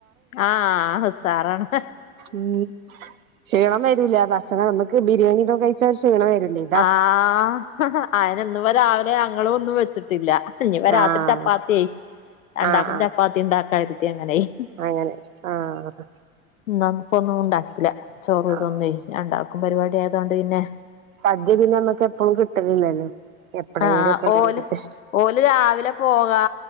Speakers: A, on the left; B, on the right.
A: ആഹ് ഉസാറാണ്
B: ഉം ക്ഷീണം വരൂല്ല ഭക്ഷണം നമുക്ക് ബിരിയാണിന്നും കഴിച്ചാ അവര് ക്ഷീണം വരൂല്ലേ
A: ആഹ് അയിന് ഇന്നിപ്പം രാവിലെ ഞങ്ങളും ഒന്നും വെച്ചിട്ടില്ല ഇനിയിപ്പം രാത്രി
B: ആഹ്
A: ചപ്പാത്തിയായി രണ്ടാക്കും
B: ആഹ് ആഹ്
A: ചപ്പാത്തി ഉണ്ടാക്കൻ എടുത്ത് ഞാൻ അങ്ങനായി
B: അങ്ങനെ ആഹ്
A: ഇന്ന് ഇപ്പൊന്നും ഉണ്ടാക്കില്ല ചോറ് ഇതൊന്നും
B: ആഹ്
A: രണ്ടാൾക്കും പരിപാടി ആയതോണ്ട് പിന്നെ
B: സദ്യ പിന്നെ നമ്മക്ക് എപ്പളും കിട്ടലില്ലല്ലോ എപ്പഴേലും
A: ആഹ്
B: ഒക്കെ ഉണ്ടെങ്കി
A: ഓല്
B: കിട്ടും
A: ഓല് രാവിലെ പോകാ